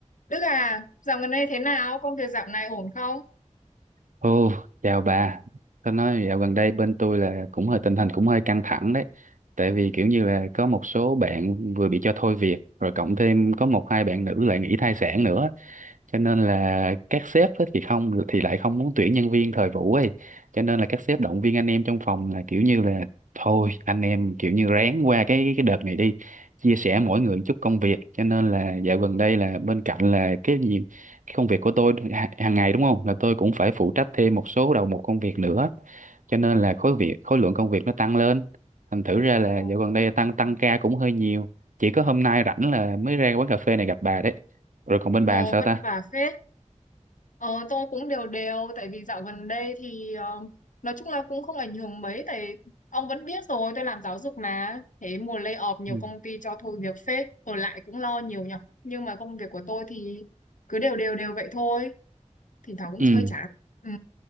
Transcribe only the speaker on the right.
Ồ, chào bà. Tôi nói dạo gần đây bên tôi là cũng hơi tình hình cũng hơi căng thẳng đấy. Tại vì kiểu như là có một số bạn vừa bị cho thôi việc, rồi cộng thêm có một hai bạn nữ lại nghỉ thai sản nữa. Cho nên là các sếp á thì không thì lại không muốn tuyển nhân viên thời vụ ấy. Cho nên là các sếp động viên anh em trong phòng là kiểu như là thôi anh em kiểu như ráng qua cái cái đợt này đi, chia sẻ mỗi người một chút công việc. Cho nên là dạo gần đây là bên cạnh là cái gì cái công việc của tôi ha- hàng ngày đúng không là tôi cũng phải phụ trách thêm một số đầu mục công việc nữa cho nên là khối việc khối lượng công việc nó tăng lên thành thử ra là
dạo gần đây tăng tăng ca cũng hơi nhiều chỉ có hôm nay rảnh là mới ra quán cà phê này gặp bà đấy rồi còn bên
bà làm sao
ta
Ừ.
ừ